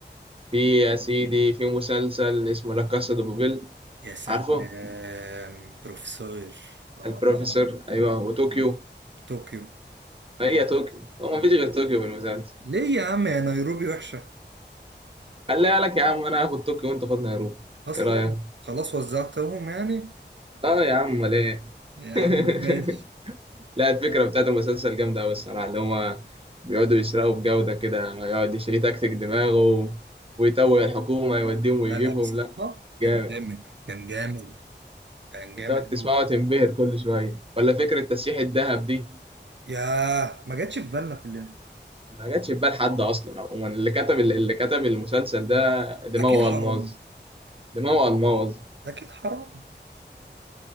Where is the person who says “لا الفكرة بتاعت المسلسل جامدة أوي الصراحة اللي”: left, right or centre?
Right